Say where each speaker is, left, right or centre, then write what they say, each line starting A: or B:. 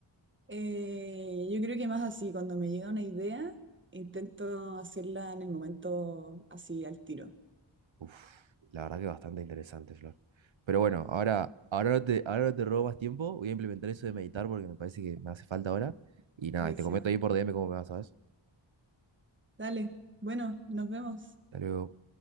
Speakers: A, on the right; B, on the right.
A: Eh, yo creo que más así, cuando me llega una idea, intento hacerla en el momento así, al tiro.
B: Uf, la verdad que bastante interesante, Flor. Pero bueno, ahora, ahora, no te, ahora no te robo más tiempo, voy a implementar eso de meditar porque me parece que me hace falta ahora. Y nada,
A: Buenísima.
B: y te comento ahí por DM cómo me vas, ¿sabes?
A: Dale, bueno, nos vemos.
B: Hasta luego.